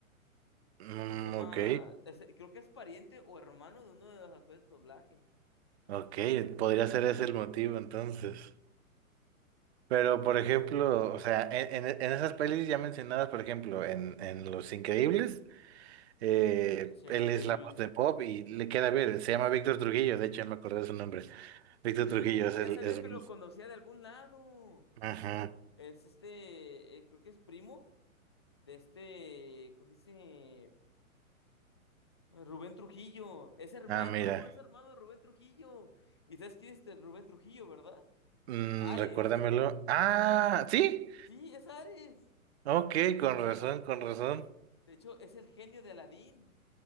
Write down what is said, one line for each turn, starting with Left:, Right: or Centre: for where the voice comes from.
Right: Mm,
Left: ¿Cómo se llama?
Right: ok,
Left: Es- creo que es pariente o hermano de uno de los actores de doblaje.
Right: ok, podría ser ese el motivo entonces. Pero, por
Left: Este,
Right: ejemplo, o sea, en, en- en esas pelis ya mencionadas, por ejemplo, en, en Los Increíbles. Eh,
Left: sería
Right: él
Left: increíble.
Right: es la voz de Bob y le queda bien. Se llama Víctor Trujillo, de hecho, ya me acordé de su nombre. Víctor
Left: Sí,
Right: Trujillo es
Left: ya
Right: el
Left: sabía
Right: es
Left: que
Right: Bruce.
Left: lo conocía de algún lado.
Right: Ajá.
Left: Es este, eh, creo que es primo de este, ¿cómo se dice? Rubén Trujillo. Es hermano,
Right: Ah, mira.
Left: es hermano de Rubén Trujillo. ¿Y sabes quién es este Rubén Trujillo, verdad?
Right: Mm,
Left: Ares.
Right: recuérdamelo. Ah, sí.
Left: Sí, es Ares.
Right: Ok, con razón, con razón.
Left: De hecho, es el genio de Aladín.